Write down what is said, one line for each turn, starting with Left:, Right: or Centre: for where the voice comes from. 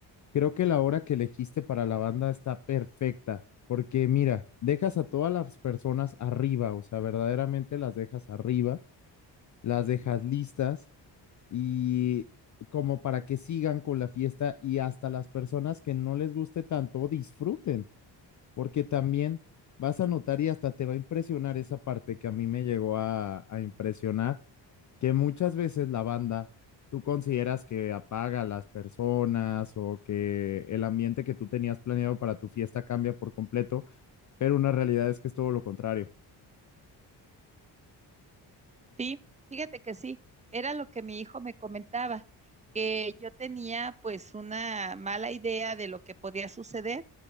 Left: Creo que la hora que elegiste para la banda está perfecta, porque mira, dejas a todas las personas arriba, o sea, verdaderamente las dejas arriba, las dejas listas y como para que sigan con la fiesta y hasta las personas que no les guste tanto disfruten, porque también vas a notar y hasta te va a impresionar esa parte que a mí me llegó a, a impresionar que muchas veces la banda, tú consideras que apaga a las personas o que el ambiente que tú tenías planeado para tu fiesta cambia por completo, pero una realidad es que es todo lo contrario.
Right: Sí, fíjate que sí, era lo que mi hijo me comentaba, que yo tenía pues una mala idea de lo que podía suceder,